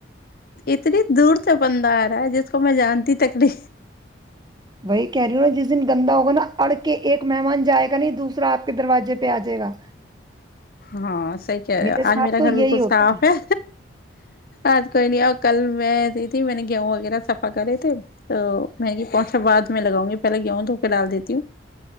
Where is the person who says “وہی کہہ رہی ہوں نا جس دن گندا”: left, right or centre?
Right